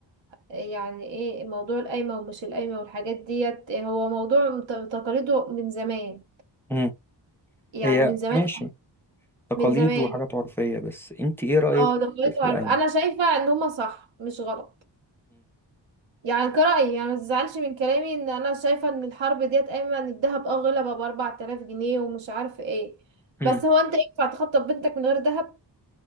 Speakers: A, on the right; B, in the centre.
A: يعني ايه موضوع القايمه ومش القايمه والحاجات ديت هو موضوع مت- تقاليده من زمان
B: امم
A: يعني
B: هي
A: من زمان
B: ماشي تقاليد
A: من زمان
B: وحاجات عرفيه بس انت ايه رايك
A: اه دخلته
B: في القايمه
A: عارف انا شايفه ان هما صح مش غلط يعني كرأيي يعني ما تزعلش من كلامي ان انا شايفه ان الحرب ديت قايمه ان الذهب اه غلى بقى ب 4000 جنيه ومش عارف ايه
B: امم
A: بس هو انت ينفع تخطب بنتك من غير ذهب